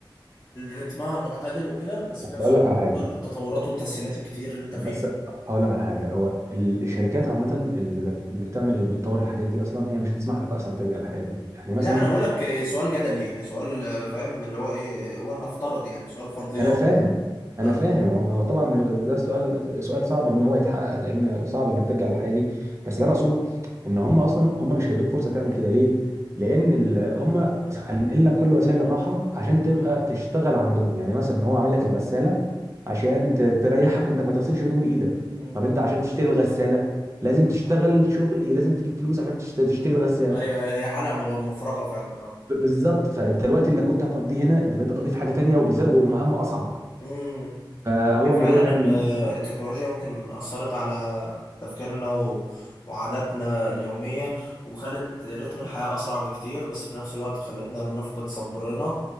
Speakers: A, on the left; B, on the right.
A: رتمها معتدل وكده بس
B: بس
A: في نفس
B: اقول
A: الوقت
B: لك على حاجه
A: بتضطر التطورات والتسهيلات الكتير اللي انت
B: بس
A: فيها
B: هقول لك على حاجه هو ال- الشركات عامه اللي اللي بتعمل اللي بتطور الحاجات دي اصلا هي مش هتسمح لك اصلا ترجع للحياه دي يعني مثلا
A: لا انا بقول لك آه، سؤال جدلي يعني سؤال آه، فاهم اللي هو ايه آه، ولنفترض يعني سؤال فرضيات
B: انا فاهم انا
A: آه، آه.
B: فاهم هو طبعا ده سؤال سؤال صعب ان هو يتحقق لان صعب انك ترجع للحياه دي بس اللي
A: مم.
B: انا اقصده ان هم اصلا هم مش هيدوك فرصه تعمل كده ليه؟ لان ال- هم خلينا لك كل وسائل الراحه عشان تبقى
A: مم.
B: تشتغل عندهم يعني مثلا هو عامل لك الغساله عشان ت- تريحك انك ما تغسلش الهدوم بايدك
A: مم.
B: طب انت عشان تشتري الغساله لازم تشتغل شغل إيه؟ لازم تجيب فلوس عشان تشت- تشتري الغساله
A: ايوه أيوة، هي حلقة مغ- مفرغة فعلا اه
B: ب- بالظبط فانت الوقت اللي كنت هتقضيه هنا انت بقيت بتقضيه في حاجه تانيه وبالذات ومهمه اصعب
A: مم.
B: فهو الموضوع
A: فعلا
B: يعني
A: ان التكنولوجيا ممكن اثرت على تفكيرنا و... وعاداتنا اليوميه وخلت رتم الحياه اسرع بكتير بس في نفس الوقت خلتنا بنفقد صبرنا